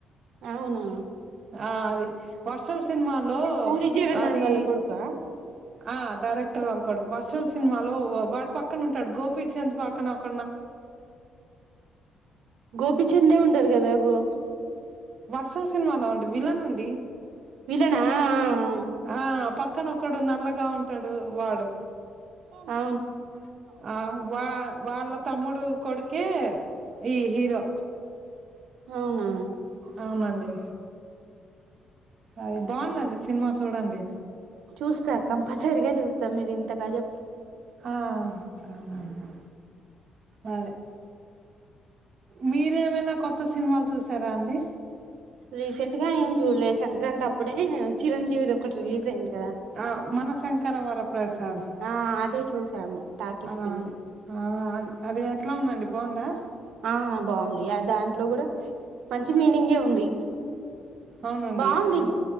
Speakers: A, on the right; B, on the right.
A: అవునా
B: ఆ అది వర్షం సినిమాలో
A: పూరి జగన్నాథ్
B: అది
A: వాళ్ళ కొడుకా
B: ఆ డైరెక్టర్ వాళ్ళు కొడుకు వర్షం సినిమాలో వాడు పక్కన ఉంటాడు గోపీచంద్ పక్కన ఒక
A: గోపీచంద్ ఉంటారు కదా గో
B: వర్షం సినిమాలో ఉండి విలన్ అండి
A: విలన్ నా ఆ ఆ
B: ఆ పక్కన ఒకడు నల్లగా ఉంటాడు వాడు
A: ఆ
B: ఆ వా వాళ్ళ తమ్ముడు కొడుకే ఈ హీరో
A: అవునా
B: అవునండి అది బాగుందండి సినిమా చూడండి
A: చూస్తా కంపల్సరిగా చూస్తా మీరు ఇంతగా చె
B: ఆ అవును అండి అదే మీరేమైనా కొత్త సినిమాలు చూసారా అండి
A: రీసెంట్ గా ఏం చూడలే సంక్రాంతి అప్పుడే చిరంజీవిది ఒకటి రిలీజ్ అయింది కదా
B: ఆ మనశంకర వర ప్రసాద్
A: ఆ అదే చూసాము టాకీస్
B: ఆ
A: కెళ్ళి
B: అదే ఆ అది ఎట్లా ఉందండి బాగుందా
A: ఆ బాగుంది అ దాంట్లో కూడా మంచి మీనింగే ఉంది
B: అవునండి
A: బాగుంది
B: అది కూడా